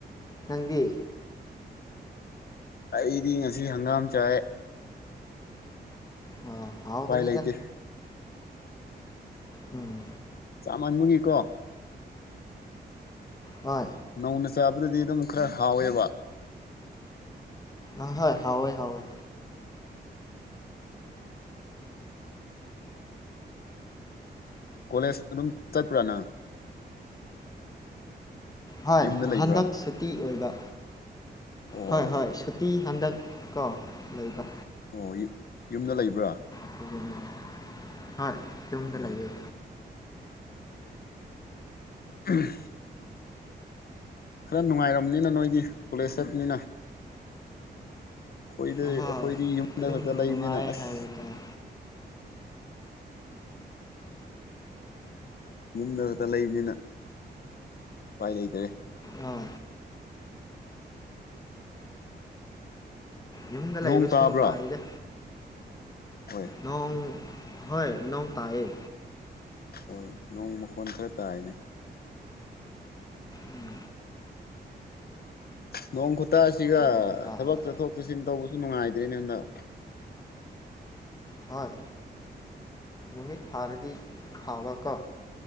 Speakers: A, on the left; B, on the left.
A: ꯅꯪꯗꯤ
B: ꯑꯩꯗꯤ ꯉꯁꯤ ꯍꯪꯒꯥꯝ ꯆꯥꯏꯌꯦ
A: ꯑ ꯍꯥꯎ
B: ꯎꯄꯥꯏ
A: ꯒꯅꯤꯗ
B: ꯂꯩꯇꯦ
A: ꯎꯝ
B: ꯆꯥꯃꯟꯕꯒꯤꯀꯣ
A: ꯍꯣꯏ
B: ꯅꯧꯅ ꯆꯥꯕꯗꯗꯤ ꯑꯗꯨꯝ ꯈꯔ ꯍꯥꯎꯋꯦꯕ
A: ꯑꯍꯣꯏ ꯍꯧꯋꯦ ꯍꯧꯋꯦ
B: ꯀꯣꯂꯦꯖ ꯑꯗꯨꯝ ꯆꯠꯄ꯭ꯔꯥ ꯅꯪ
A: ꯍꯣꯏ
B: ꯌꯨꯝꯗ ꯂꯩꯕ꯭ꯔꯥ
A: ꯍꯟꯗꯛ ꯁꯨꯇꯤ ꯑꯣꯏꯕ
B: ꯑꯣ
A: ꯍꯣꯏ ꯍꯣꯏ ꯁꯨꯇꯤ ꯍꯟꯗꯛ ꯀꯣ ꯂꯩꯕ
B: ꯑꯣ ꯌꯨ ꯌꯨꯝꯗ ꯂꯩꯕ꯭ꯔꯥ
A: <unintelligible> ꯍꯣꯏ ꯌꯨꯝꯗ
B: ꯑꯣ
A: ꯂꯩꯌꯦ
B: <unintelligible> ꯈ꯭ꯔꯥ ꯅꯨꯡꯉꯥꯏꯔꯝꯅꯤꯅ ꯅꯣꯏꯗꯤ ꯀꯣꯂꯦꯖ ꯆꯠꯄꯅꯤꯅ ꯑꯩꯈꯣꯏꯗ
A: ꯑꯍꯣꯏ
B: ꯑꯩꯈꯣꯏꯗꯤ ꯌꯨꯝꯗ
A: ꯑꯗꯨꯝ
B: ꯈꯛꯇ ꯂꯩꯕꯅꯤꯅ
A: ꯅꯨꯡꯉꯥꯏ
B: ꯑꯁ
A: ꯍꯥꯏꯕ ꯇꯥꯏ
B: ꯌꯨꯝꯗ ꯈꯛꯇ ꯂꯩꯕꯅꯤꯅ ꯎꯄꯥꯏ ꯂꯩꯇꯔꯦ
A: ꯑ ꯌꯨꯝꯗ
B: ꯅꯣꯡ
A: ꯂꯩꯕꯁꯨ
B: ꯇꯥꯕ꯭ꯔꯥ
A: ꯅꯨꯡꯉꯥꯏꯗ
B: ꯍꯣꯏ
A: ꯅꯣꯡ ꯎꯝ ꯍꯣꯏ ꯅꯣꯡ ꯇꯥꯏꯌꯦ
B: ꯍꯣꯏ ꯅꯣꯡ ꯃꯈꯣꯟ ꯈꯔ ꯇꯥꯏꯅꯦ
A: ꯎꯝ
B: ꯅꯣꯡ ꯈꯨꯠꯇꯁꯤꯒ
A: ꯅꯣꯡ ꯇꯥꯕ
B: ꯊꯕꯛ ꯆꯠꯊꯣꯛ ꯆꯠꯁꯤꯟ ꯇꯧꯕꯁꯨ ꯅꯨꯡꯉꯥꯏꯗ꯭ꯔꯦꯅꯦ ꯍꯟꯗꯛ
A: ꯍꯣꯏ ꯅꯨꯃꯤꯠ ꯐꯔꯗꯤ ꯈꯕ ꯀꯣ